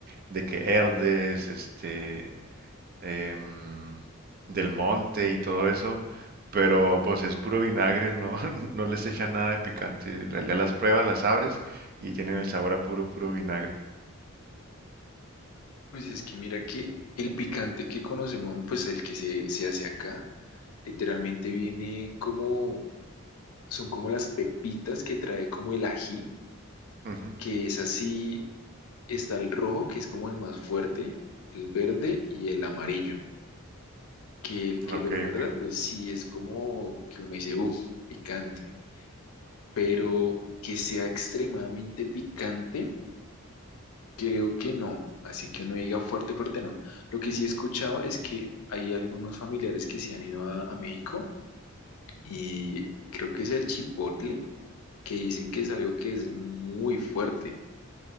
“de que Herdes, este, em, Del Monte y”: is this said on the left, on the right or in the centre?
Right